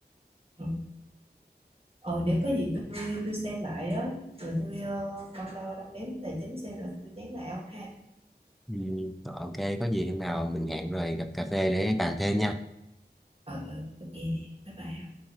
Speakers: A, on the right (about 35°); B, in the centre.
A: Ờ, Ờ, để có gì tôi tôi xem lại á rồi tôi ờ, con đo đong đếm tài chính xem rồi tôi nhắn lại ông ha
B: Ừ. Rồi, Ok, có gì hôm nào
A: ờ
B: mình hẹn rồi gặp cà phê để bàn thêm nha.
A: ờ ờ, ok nè bye bye